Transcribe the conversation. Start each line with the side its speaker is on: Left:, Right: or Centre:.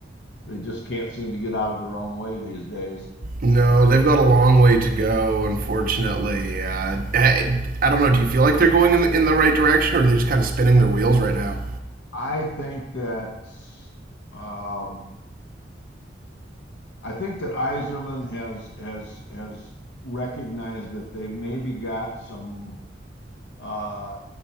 Left: they just can't seem to get out of their own way these days.
Right: No, they've got a long way to go, unfortunately. Uh, I, I don't know. Do you feel like they're going in the, in the right direction, or are they just kind of spinning their wheels right now?
Left: I think that um, I think that Iserman has has has recognized that they maybe got some uh,